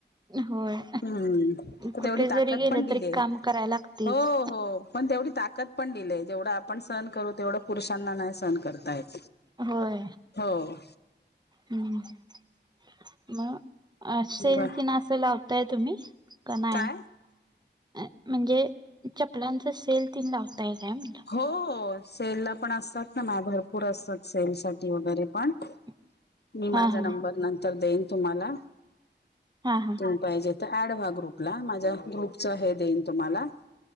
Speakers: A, on the right; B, on the left.
A: होय
B: हूं!
A: कुठे
B: तेवढी ताकद
A: जरी गेले
B: पण दिलीय
A: तरी काम करायला लागतेच
B: हो हो! हो पण तेवढी ताकद पण दिलीय, जेवढ आपण सहनं करू तेवढं पुरुषांना नाही सहनं करता येत.
A: होय
B: हो
A: हू मं! अ सेल
B: ब
A: किन असं लावताय तुम्ही का नाय?
B: काय?
A: अ म्हणजे चपलांचा सेल तीन लावताय काय म्हणलं.
B: हो हो सेल ला पण असतात ना मा भरपूर असतात सेल साठी वगैरे पण.
A: <inaudible>
B: मी माझा
A: हा
B: नंबर नंतर देईन तुम्हाला.
A: हा हा.
B: तुम्ही पाहिजे तर, ऍड व्हा ग्रुपला. माझ्या ग्रुपचा हे देईन तुम्हाला